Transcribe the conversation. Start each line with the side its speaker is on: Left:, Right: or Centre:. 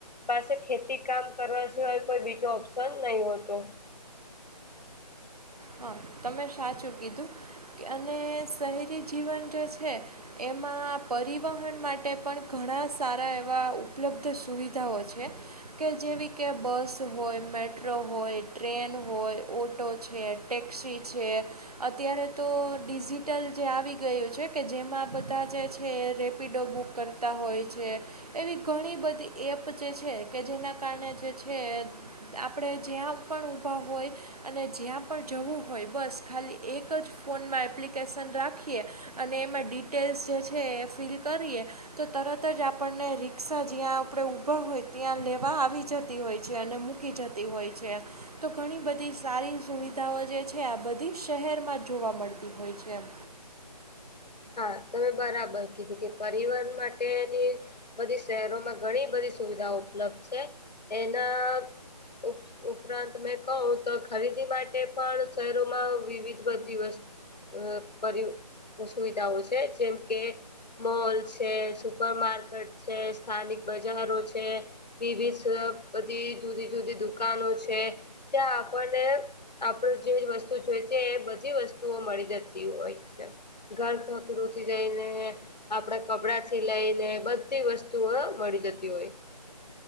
Left: પાસે ખેતી કામ કરવા સિવાય કોઈ બીજો ઓપ્શન નહી હોતો
Right: હ તમે સાચું કીધું કે અને શહેરી જીવન જે છે. એમાં પરિવહન માટે પણ ઘણા સારા એવા ઉપલબ્ધ સુવિધાઓ છે. કે જેવી કે બસ હોય, મેટ્રો હોય, ટ્રેન હોય, ઓટો છે. ટેક્સી છે. અત્યારે તો ડિજિટલ જે આવી ગયું છે, કે જેમાં બધા જે છે, રે પીડો બુક કરતા હોય છે. એવી ઘણી બધી એપ જે છે કે જેના કારણે જે છે આપણે જ્યાં પણ ઊભા હોય અને જ્યાં પણ જવું બસ ખાલી એક જ ફોનમાં એપ્લિકેશન રાખીએ અને એમાં ડિટેલ્સ જે છે એ ફિલ કરીએ તો તરત જ આપણને રીક્ષા જ્યાં આપણે ઊભા હોય ત્યાં લેવા આવી જતી હોય છે અને મુ કી જતી હોય છે તો ઘણી બધી સારી સુવિ ધાઓ જે છે આ બધી શહેરમાં જોવા મળતી હોય છે એમ
Left: હાં તમે બરાબર કીધું કે પરિવહન માટેની બધી શહેરોમાં ઘણી બધી સુવિધાઓ ઉપલબ્ધ છે એના ઉ ઉપરાંત મેં કઉં તો ખરીદી માટે પણ શહેરોમાં વિવિધ બધી વસ્ત અ પરિ સુવિધાઓ છે જેમ કે મોલ છે, સુપર માર્કેટ છે, સ્થાનિક બજારો છે વિવિધ શોપ બધી જુદી જુદી દુકાનો છે જ્યાં આપણને આપણે જે વસ્તુઓ જોઈતી તે એ બધી વસ્તુઓ મળી જતી હોય છે. ઘાર <unintelligible> જયને આપણા કપડાથી લઈને બધી વસ્તુઓ મળી જતી હોય.